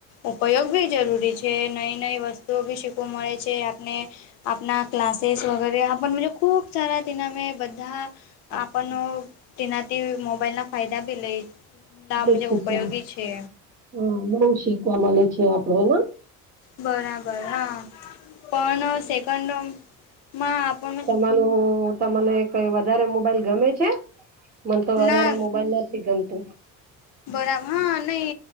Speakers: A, on the left; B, on the right.
A: ઉપયોગ બી જરૂરી છે, નઈ નઈ વસ્તુઓ બી શીખવા મળે છે આપને આપણા ક્લાસેસ વગેરે <unintelligible> ખૂબ સારા તેના મે બધા આપણનો
B: છે
A: તેનાથી મોબાઈલના ફાયદા બી લઈ ના
B: બહુ
A: મુજબ
B: શીખવા,
A: ઉપયોગી છે
B: હા બહુ શીખવા મળે છે આપડે એને
A: બરાબર હા પણ સેકન્ડમાં આપણ
B: હલો તમને કઈ વધારે મોબાઈલ ગમે છે, મને તો વધારે
A: ના
B: મોબાઈલ નથી ગમતું.
A: બરાબર હા નઈ